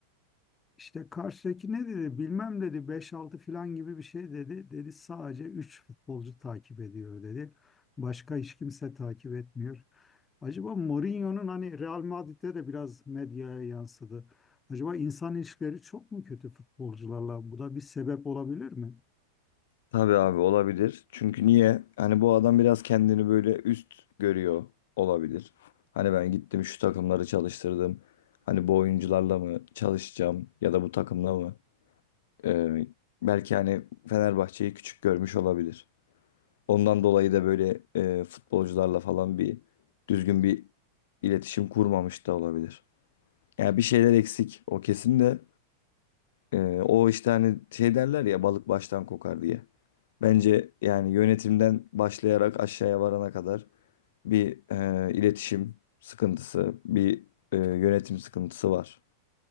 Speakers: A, on the left; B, on the left.
A: İşte karşıdaki ne dedi bilmem dedi Beş altı filan gibi bir şey dedi. Dedi sadece 3 futbolcu takip ediyor dedi. Başka hiç kimse takip etmiyor. Acaba Mourinho'nun hani Real Madrid'de de biraz medyaya yansıdı. Acaba insan ilişkileri çok mu kötü futbolcularla? Bu da bir sebep olabilir mi?
B: Tabii abi olabilir. Çünkü niye? Hani bu adam biraz kendini böyle üst görüyor olabilir. Hani ben gittim şu takımları çalıştırdım. Hani bu oyuncularla mı çalışacağım ya da bu takımla mı? Ee, belki hani Fenerbahçe'yi küçük görmüş olabilir. Ondan dolayı da böyle e, futbolcularla falan bir düzgün bir iletişim kurmamış da olabilir. Yani bir şeyler eksik o kesin de Ee, o işte hani şey derler ya balık baştan kokar diye. Bence yani yönetimden başlayarak aşağıya varana kadar bir e, iletişim sıkıntısı, bir e, yönetim sıkıntısı var.